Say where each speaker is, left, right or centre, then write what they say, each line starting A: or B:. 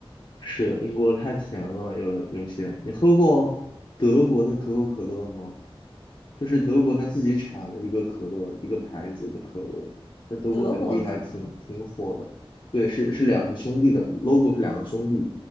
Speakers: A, on the left; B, on the left.
A: 是的，英国太甜了，有有些。你喝过德国的可口可乐吗？就是德国它自己产了一个可乐，一个牌子的可乐，在德国本地还挺挺火的。
B: 德国的可口可乐
A: 对，是是两个兄弟的，logo 是两个兄弟，